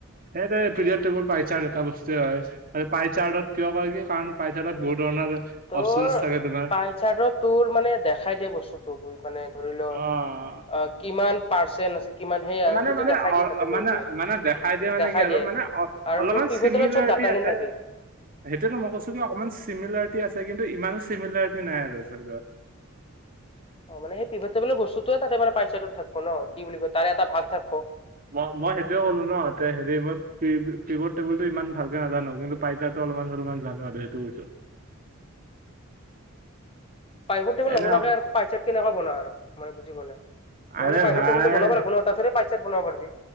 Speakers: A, on the right; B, on the left.
A: এই যে পিৰিয়ড টেবোল পাইজাৰ এটা বস্তুৱে হয়। আৰু পাইচাৰ্ত কিয় কৰে কি কাৰণ পায়চাৰ্ত বহুত ধৰণৰ-
B: তোৰ,
A: অপচনচ থাকে তোমাৰ
B: পাইচাডত তোৰ মানে দেখাই দিয়ে বস্তুতো বহুত মানে ধৰি লও।
A: অহ।
B: অহ কিমান পাৰ্চেন্ট আছে। কিমান সেয়া
A: মানে
B: সেইটো
A: মানে
B: দেখাই
A: অ
B: দিয়ে তাতে
A: মানে
B: মেইনলি
A: মানে দেখাই দিয়ে মানে
B: দেখাই
A: কি আৰু
B: দিয়ে।
A: মানে অ
B: আৰু
A: অলপমান-
B: তোৰ পিভট
A: চিমিলাৰিটি
B: টেবুলত চব ডাটাখিনি
A: আছে।
B: থাকে।
A: সেইটোটো মই কৈছো কি অকমান চিমিলাৰিটি আছে কিন্তু ইমানো চিমিলাৰিটি নাই আৰু ধৰি লোৱা।
B: অ মানেই পিভাৰ টেবুলৰ বস্তুটোয়ে ততে মানে পাইচাত থাকিব ন কি বুলি কয় তাৰে এটা ভাগ থাকিব।
A: ম মই সেইটোয়ে ক'লো ন হেৰি মই কিবোৰ্ড টেবুল টো ইমান ভালকে নাজানো কিন্তু- পইজাৰতো অলপমান চলপমান জানো আৰু এইটো কৈছো।
B: <inaudible> প্ৰাইভাৰ টেবুল
A: এনে
B: নবোনোৱাকে
A: অ-
B: আৰু পাইজাৰচ কেনেকুৱাকে বনও আৰু বুজি মানে
A: আৰে
B: মাইভ
A: ভাই
B: টেবুল টো বনাব লাগিবন। পাছতহে পাইচেত বনাবো পাৰিবি।